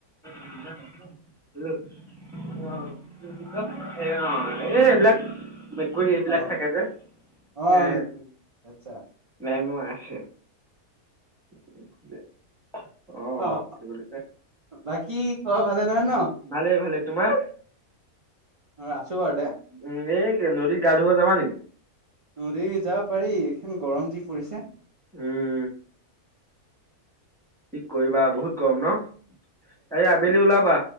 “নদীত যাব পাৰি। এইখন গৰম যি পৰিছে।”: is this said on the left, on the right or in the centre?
Right